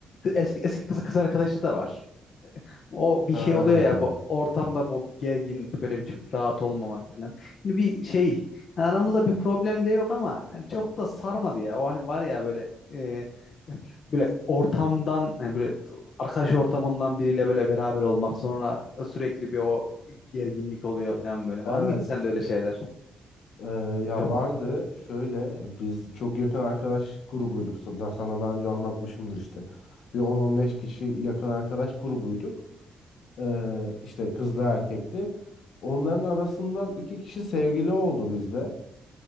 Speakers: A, on the left (about 55°); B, on the left (about 75°).
A: eski eski kız, kız arkadaşı da var. O
B: Ha.
A: bir şey oluyor ya bu ortamda bu bir gerginlik böyle bir çok rahat olmamak falan. Hani bir şey yani aramızda bir problem de yok ama hani çok da sarmadı ya. O hani var ya böyle e, böyle ortamdan hani böyle t- arkadaş ortamından biriyle böyle beraber olmak sonra sürekli bir o gerginlik oluyor falan böyle. Var
B: Evet.
A: mı hiç sende öyle şeyler?
B: Ee,
A: Hiç
B: ya
A: ol-
B: vardı şöyle biz çok yakın arkadaş grubuyduk. Sa- Daha sana daha önce anlatmışımdır işte. Bir on on beş kişi yakın arkadaş grubuyduk. Ee, işte kızlı erkekli. Onların arasından iki kişi sevgili oldu bizde.